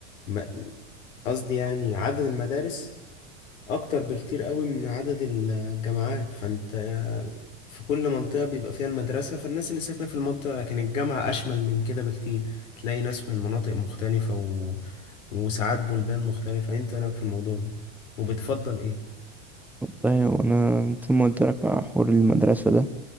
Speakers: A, on the left; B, in the centre.
A: م- قصدي يعني عدد المدارس اكتر بكتير قوي من عدد الجامعات فانت في كل منطقة بيبقى فيها المدرسة فالناس اللي ساكنة في المنطقة لكن الجامعة اشمل من كده بكتير تلاقي ناس من مناطق مختلفة و... وساعات بلدان مختلفة انت رأيك في الموضوع ده وبتفضل ايه
B: طيب انا زي ما قلت لك على حوار المدرسه ده